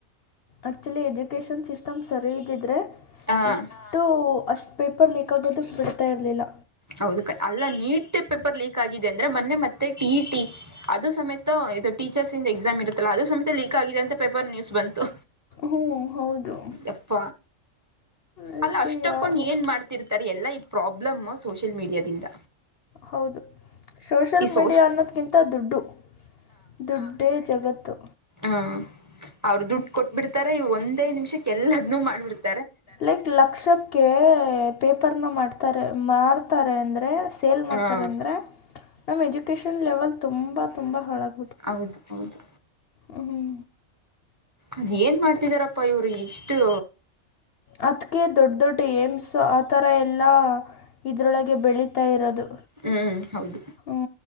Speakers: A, on the left; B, on the right.
A: ಆಕ್ಚುಲಿ ಎಜುಕೇಶನ್ ಸಿಸ್ಟಮ್ ಸರಿ ಇದಿದ್ರೆ
B: ಹಾಂ
A: ಇಷ್ಟು ಅಷ್ಟ. ಪೇಪರ್ ಲೀಕ್ ಆಗೋದ ಬ್ತಾ ಇರಲಿಲ್ಲ.
B: ಹೌದು ಕ ಅಲ್ಲ ನೀಟ್ ಪೇಪರ್ ಲೀಕ್ ಆಗಿದೆ ಅಂದರೆ ಮೊನ್ನೆ ಮತ್ತೆ ಟಿ ಇ ಟಿ ಅದು ಸಮೇತ ಇದು ಟೀಚರ್ಸ್ ಇ ಎಕ್ಸಾಮ್ ಇರುತ್ತಲ್ಲ ಅದು ಸಮೇತ ಲೀಕ್ ಆಗಿದೆ ಅಂತ ಪೇಪರ್ ನ್ಯೂಸ್ ಬಂತು.
A: ಹ್ಮ್ ಹೌದು.
B: ಯಪ್ಪ
A: ಅದಕ್ಕೆ
B: ಅಲ್ಲ ಅಷ್ಟಕ್ಕೊಂಡ
A: ಯಾರು
B: ಏನ್ ಮಾಡ್ತಿರ್ತಾರೆ ಎಲ್ಲಾ ಈ ಪ್ರಾಬ್ಲಮ ಸೋಷಿಯಲ್ ಮೀಡಿಯಾದಿಂದ.
A: ಹೌದು ಸೋಷಿಯಲ್
B: ಈ ಸೋಶ್
A: ಮೀಡಿಯಾ ಅನ್ನೋದ್ಕ್ಕಿಂತ ದುಡ್ಡು. ದುಡ್ಡೆ ಜಗತ್ತು.
B: ಹ್ಮ ಅವ್ರ ದುಡ್ಡು ಕೊಟ್ಬಿಡ್ತಾರೆ ಒಂದೇ ನಿಮಿಷಕ್ಕೆ ಎಲ್ಲಾದನುೂ ಮಾಡ್ಬಿಡ್ತಾರೆ.
A: ಲೈಕ್ ಲಕ್ಷಕ್ಕೆ ಪೇಪರ್ನ ಮಾಡ್ತಾರೆ ಮಾಡ್ತಾರೆ ಅಂದ್ರೆ. ಸೇಲ್ ಮಾಡ್ತಾರೆ
B: ಹಾ
A: ಅಂದ್ರೆ ನಮ್ಮ ಎಜುಕೇಶನ್ ಲೆವೆಲ್ ತುಂಬ ತುಂಬ ಹಾಲಗ್ತಿದೆ.
B: ಹೌದು ಹೌದು.
A: ಹ್ಮ್.
B: ಅದೇನ್ ಮಾಡ್ತಿದ್ದರಪ್ಪ ಇವರಿಷ್ಟು.
A: ಅದಕ್ಕೆ ದೊಡ್ಡ ದೊಡ್ಡ ಏಮ್ಸ್ ಆ ಥರ ಎಲ್ಲ ಇದರೊಳಗೆ ಬೆಳೀತಾ ಇರೋದು.
B: ಹ್ಮ್ ಹೌದು.
A: ಹಂ